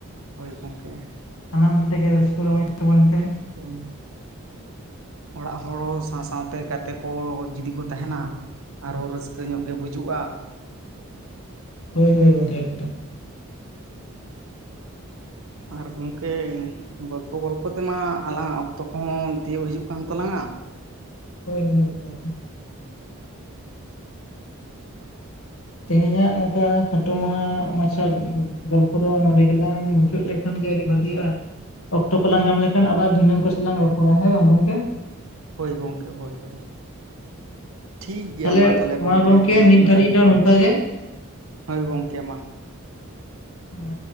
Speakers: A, on the right; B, on the left.
A: ᱦᱳᱭ ᱜᱚᱝᱠᱮ
B: ᱥᱟᱱᱟᱢ ᱠᱚ ᱛᱮ ᱜᱮ ᱨᱟᱹᱥᱠᱟᱹ ᱨᱚᱢᱚᱪ ᱛᱟᱵᱚᱱᱟ ᱯᱮ
A: ᱮᱢ ᱚᱲᱟᱜ ᱦᱚᱲ ᱦᱚ ᱥᱟᱶ ᱥᱟᱶᱛᱮ ᱜᱟᱛᱮ ᱠᱚ ᱡᱩᱫᱤ ᱠᱚ ᱛᱟᱦᱮᱱᱟ ᱟᱨᱦᱚ ᱨᱟᱹᱥᱠᱟᱹ ᱧᱚᱜ ᱜᱮ ᱵᱩᱡᱩᱜᱼᱟ ᱾
B: ᱦᱳᱭ ᱦᱳᱭ ᱜᱚᱢᱠᱮ ᱮᱠᱫᱚᱢ,
A: ᱟᱨ ᱜᱚᱢᱠᱮ ᱜᱚᱞᱯᱚ ᱜᱚᱞᱯᱚ ᱛᱮᱢᱟ ᱟᱞᱟᱝᱟᱜ ᱚᱠᱛᱚ ᱠᱚᱦᱚᱸ ᱛᱤᱭᱳᱜ ᱦᱤᱡᱩᱜ ᱠᱟᱱ ᱛᱟᱞᱟᱝᱟ
B: ᱦᱳᱭ ᱦᱳᱭ ᱜᱚᱢᱠᱮ ᱛᱮᱦᱮᱧᱟᱜ ᱱᱚᱝᱠᱟ ᱠᱷᱟᱴᱚ ᱢᱟᱦᱟ ᱢᱟᱪᱷᱟ ᱜᱚᱞᱯᱚ ᱫᱚ ᱱᱚᱰᱮ ᱜᱮᱞᱟᱝ ᱢᱩᱪᱟᱹᱫ ᱞᱮᱫ ᱠᱷᱟᱱ ᱜᱮ ᱟᱹᱰᱤ ᱵᱷᱟᱜᱤᱜᱼᱟ ᱚᱠᱛᱚ ᱠᱚᱞᱟᱝ ᱧᱟᱢ ᱞᱮᱠᱷᱟᱱ ᱟᱵᱟᱨ ᱫᱷᱤᱱᱟᱹᱱ ᱠᱚᱥᱮ ᱞᱟᱝ ᱨᱚᱯᱚᱲᱟ ᱦᱮᱸ ᱵᱟᱝ ᱜᱚᱝᱠᱮ
A: ᱦᱳᱭ ᱜᱚᱢᱠᱮ ᱦᱳᱭ ᱦᱳᱭ ᱴᱷᱤᱠ ᱜᱮᱭᱟ
B: ᱛᱟᱦᱚᱞᱮ
A: ᱢᱟ ᱛᱟᱦᱞᱮ ᱜᱚᱢᱠᱮ
B: ᱜᱚᱝᱠᱮ
A: ᱱᱤᱛᱚᱜ
B: ᱱᱤᱛ
A: ᱞᱮᱠᱟ
B: ᱫᱷᱟᱹᱨᱤᱡ
A: ᱫᱚ᱾
B: ᱱᱚᱝᱠᱟ ᱜᱮ
A: ᱦᱳᱭ ᱜᱚᱢᱠᱮ ᱢᱟ᱾
B: ᱢᱟ